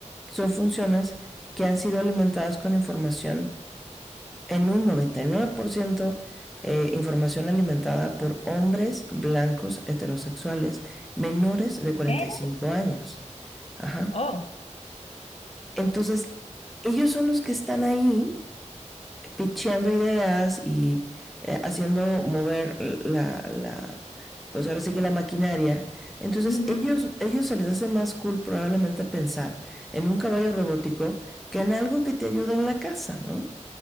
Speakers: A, in the centre; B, on the left (about 55°).
A: son funciones que han sido alimentadas con información en un 99% eh, información alimentada por hombres blancos heterosexuales menores de cuarenta
B: ¿Eh?
A: y cinco años. Ajá.
B: Oh,
A: Entonces, ellos son los que están ahí picheando ideas y eh, haciendo mover la, la, pues ahora sí que la maquinaria. Entonces,
B: wow.
A: ellos, ellos se les hace más cool probablemente pensar en un caballo robótico que en algo que te ayuda en la casa, ¿no?